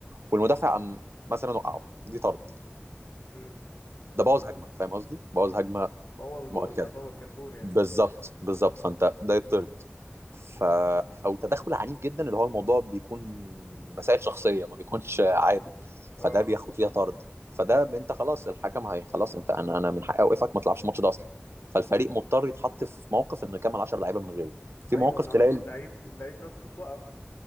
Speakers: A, on the right; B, on the left.
A: والمدافع قام مثلا وقعه دي طرد
B: امم
A: ده بوظ هجمه فاهم قصدي؟ بوظ هجمه
B: بوظ جون
A: مؤكده
B: يعتبر كان جون يعني
A: بالظبط بالظبط فانت ده يطرد ف او تدخل عنيف جدا اللي هو الموضوع بيكون مسائل شخصيه ما بيكونش عادي
B: اه
A: فده بياخد فيها طرد فده ب- انت خلاص الحكم هي خلاص انت انا انا من حقي اوقفك ما تلعبش الماتش ده اصلا فالفريق مضطر يتحط في موقف انه يكمل 10 لعيبه من غيره في
B: ايوه
A: مواقف
B: انا
A: تلاقي
B: قصدي
A: ال-
B: اللعيب اللعيب نفسه اتوقف